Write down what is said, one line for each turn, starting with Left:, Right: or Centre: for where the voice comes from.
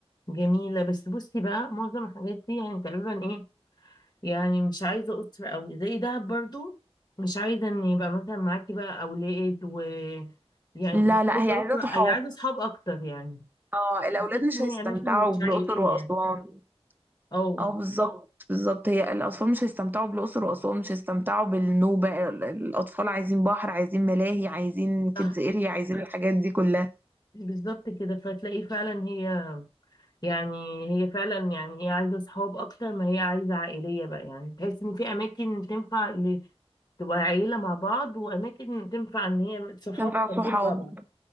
Left: جميلة بس بصي بقى معظم الحاجات دي يعني تقريبا ايه يعني مش عايزة أسرة أوي زي دهب برضو مش عايزة إن يبقى مثلا معاكي بقى أولاد و يعني
Right: لا
Left: مش
Right: لا
Left: عايزة
Right: هي عايزه
Left: أسرة
Right: صحاب
Left: أي عايزة أصحاب أكتر يعني
Right: اه الاولاد
Left: بحس
Right: مش
Left: إن
Right: هيستمتعوا
Left: هي أماكن مش
Right: بالاقصر
Left: عائلية
Right: واسوان
Left: يعني. اه
Right: اه بالظبط بالظبط هي الاطفال مش هيستمتعوا بالاقصر واسوان مش هيستمتعوا بالنوبه ال- الاطفال عايزين بحر عايزين ملاهي عايزين كيدز
Left: صح
Right: اريا عايزين الحاجات دي كلها
Left: بالظبط كده فتلاقي فعلا هي يعني هي فعلا يعني ايه عايزه اصحاب اكتر ما هي عايزه عائليه بقى يعني تحس ان في اماكن تنفع ل- تبقى عيله مع بعض واماكن تنفع ان هي صحاب
Right: كان فيها
Left: خارجين
Right: صحاب
Left: مع بعض